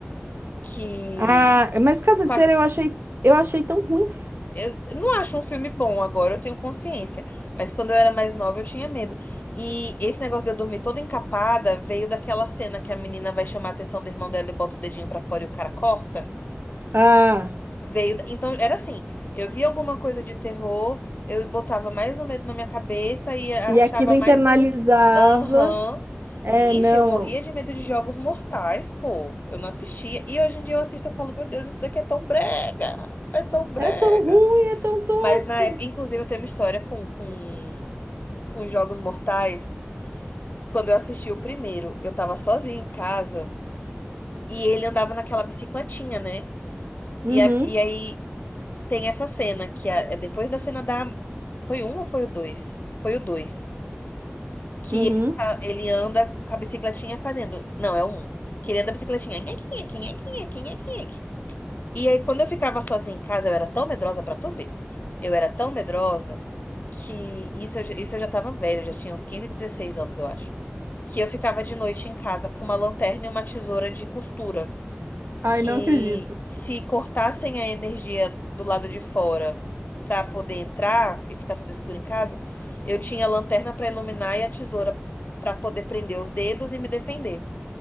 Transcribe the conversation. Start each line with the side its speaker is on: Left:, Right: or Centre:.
Left: que
Right: Ah, mas Casa
Left: com
Right: de Cera
Left: a
Right: eu achei, eu achei tão ruim.
Left: Eu não acho um filme bom agora, eu tenho consciência. Mas quando eu era mais nova, eu tinha medo. E esse negócio de eu dormir toda encapada veio daquela cena que a menina vai chamar a atenção do irmão dela e bota o dedinho pra fora e o cara corta.
Right: Ah,
Left: Veio. da- Então, era assim: eu via alguma coisa de terror, eu botava mais um medo na minha cabeça e achava
Right: e aquilo internalizava.
Left: mais um aham.
Right: É,
Left: Ixi,
Right: não.
Left: eu morria de medo de jogos mortais, pô. Eu não assistia. E hoje em dia eu assisto e falo: meu Deus, isso daqui é tão brega! É tão brega!
Right: É tão ruim, é tão tosco.
Left: Mas na época, inclusive, eu tenho uma história com, com, com os Jogos Mortais. Quando eu assisti o primeiro, eu tava sozinha em casa e ele andava naquela bicicletinha, né?
Right: Uhum,
Left: E, a- e aí tem essa cena que a- é depois da cena da. Foi um ou foi o dois? Foi o dois. Que
Right: uhum.
Left: ele, tá- ele anda com a bicicletinha fazendo. Não, é o um. Que ele anda a bicicletinha. Nhequinha, nhequinha, nhequinha, nhequinha, nhequinha. E aí, quando eu ficava sozinha em casa, eu era tão medrosa pra tu ver. Eu era tão medrosa que isso eu, já- isso eu já tava velha, eu já tinha uns quinze 16 anos, eu acho. Que eu ficava de noite em casa com uma lanterna e uma tesoura de costura.
Right: Ai,
Left: Que
Right: não acredito.
Left: se cortassem a energia do lado de fora pra poder entrar e ficar tudo escuro em casa, eu tinha a lanterna pra iluminar e a tesoura pra poder prender os dedos e me defender.